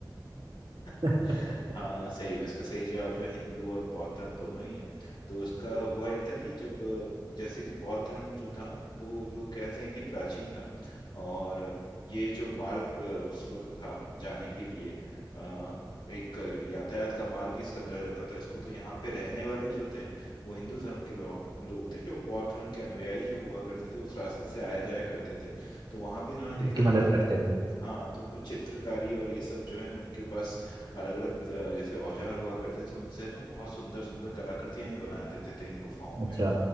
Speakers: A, on the left; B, on the right.
A: <laughs>
B: <laughs>
A: हाँ सही है इसका सही जवाब जो हिंदू और बौद्ध धर्म दोनों ही है तो उसका हुआ ये था कि जब अ, जैसे कि बौद्ध धर्म जो था वो लोग कहते हैं कि प्राचीन था और ये जो मार्ग अ, उस वक्त था जाने के लिए अ, एक यातायात का मार्ग ही समझा जाता था इसको तो यहाँ पे रहने वाले जो थे वो हिंदू धर्म के लोग लोग थे जो बौद्ध धर्म के अनुयायी जो हुआ करते थे उस रास्ते से आया जाया करते थे तो वहां पे इन्होंने देखा
B: उनकी
A: कि
B: मदद
A: जो
B: करते थे
A: हाँ तो कुछ चित्रकारी और ये सब जो है उनके पास अलग अलग जैसे औजार हुआ करते थे उनसे ना बहुत सुंदर सुंदर कलाकृतियां ये बना देते थे इन गुफाओं
B: अच्छा
A: में